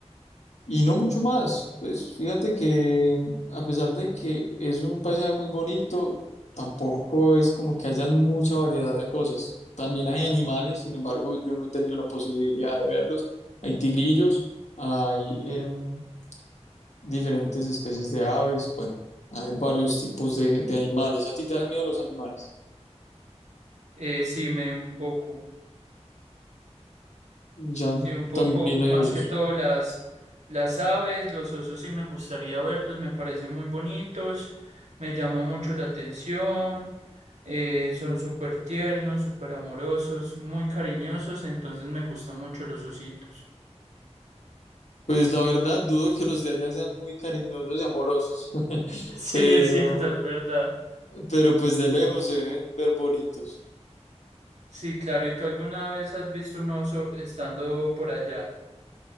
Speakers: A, on the left; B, on the right.
A: Y no mucho más. Pues fíjate que a pesar de que es un paisaje muy bonito, tampoco es como que haya mucha variedad de cosas. También hay animales, sin embargo, yo no he tenido la posibilidad de verlos. Hay tigrillos, hay... em, diferentes especies de aves, bueno, hay varios tipos de, de animales. ¿A ti te dan miedo los animales?
B: Eh, sí, me un poco.
A: Ya,
B: Sí, un poco
A: también
B: más
A: hay osos.
B: que todo las, las aves, los osos sí me gustaría verlos, me parecen muy bonitos, me llama mucho la atención, eh, son súper tiernos, súper amorosos, muy cariñosos, entonces me gustan mucho los ositos.
A: Pues la verdad, dudo que los de allá sean muy cariñosos y amorosos, <laughs>
B: <laughs> Sí,
A: pero,
B: es cierto, es verdad.
A: pero pues de lejos se deben ver bonitos.
B: Sí, claro, ¿y tú alguna vez has visto un oso estando por allá?